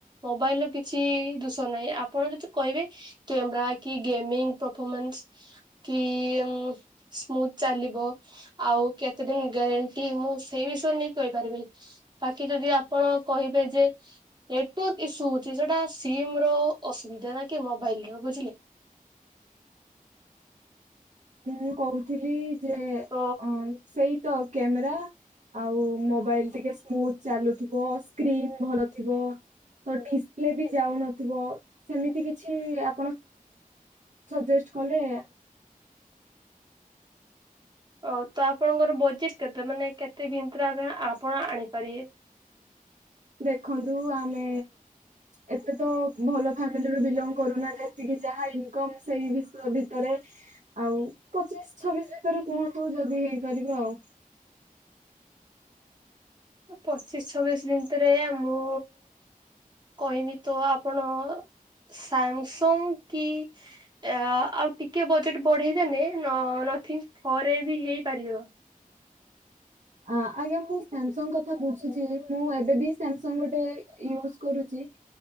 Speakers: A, on the right; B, on the right.
A: ମୋବାଇଲ ର କିଛି ଦୁଷ ନାହିଁ, ଆପଣ ଯେତେ କହିବେ କ୍ୟାମେରା କି ଗେମିଙ୍ଗ ପରଫମାନ୍ସ କି ଉଁ ସ୍ମୁଥ ଚାଲିବ। ଆଉ କେତେ ଦିନ ଗ୍ୟାରେଣ୍ଟି ମୁଁ ସେଇ ବିଷୟରେ ନେଇ କହିପାରିବି। ବାକି ଯଦି ଆପଣ କହିବେ ଯେ ନେଟୱାର୍କ ଇସୁ ହଉଛି ସେଟା ସିମ ର ଅସୁବିଧା ନା କି ମୋବାଇଲ ର ବୁଝିଲେ।
B: ମୁଁ କହୁଥିଲି ଯେ ଅ
A: ତ
B: ସେଇ ତ କେମ୍ରା ଆଉ ମୋବାଇଲ ଟିକେ ସ୍ମୁଥ ଚାଲୁଥିବ ସ୍କ୍ରିନ୍ ଭଲ ଥିବ। ତ ଡିସପ୍ଲେ ବି ଯାଉନଥିବ, ସେମିତି କିଛି ଆପଣ ସଜେଷ୍ଟ କଲେ
A: ଓ ତ ଆପଣଙ୍କର ବଜେଟ କେତେ ମାନେ କେତେ ଭତିରେ ଆମେ ଆପଣ ଆଣିପାରିବେ?
B: ଦେଖନ୍ତୁ ଆମେ ଏତେ ତ ଭଲ ଫ୍ୟାମିଲିରୁ ବିଲଙ୍ଗ କରୁନା ଯେତିକି ଯାହା ଇନକମ୍ ସେଇ ବିସ ଭିତରେ। ଆଉ ପଚିଶ ଛବିଶ ଭିତରେ କୁହନ୍ତୁ ଯଦି ହେଇପାରିବ ଆଉ?
A: ପଚିଶ ଛବିଶ ଦିନିତରେ ଆ ମୁଁ କହିବି ତ ଆପଣ ସାମସଙ୍ଗ କି ଆ ଆଉ ଟିକେ ବଜେଟ ବଢେଇଦେନେ ନ ନୋଥିଙ୍ଗ ଫରେ ବି ହେଇପାରିବ।
B: ଆ ଆଜ୍ଞା ମୁଁ ସାମସଙ୍ଗ କଥା ବୁଝୁଛି ମୁଁ ଏବେ ବି ସାମସଙ୍ଗ ଗୋଟେ ୟୁଜ କରୁଛି।